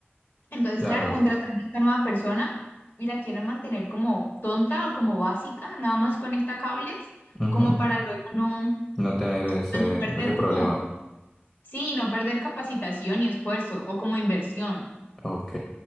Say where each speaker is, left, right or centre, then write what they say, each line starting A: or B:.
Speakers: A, on the left; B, on the left.
A: Entonces,
B: Claro,
A: claro, contrataron a esta nueva persona y la quieren mantener como tonta o como básica, nada más conecta cables,
B: ujú,
A: como para luego no,
B: No tener ese,
A: pues, no perder
B: ese problema.
A: como Sí, no perder capacitación y esfuerzo, o como inversión.
B: Ok,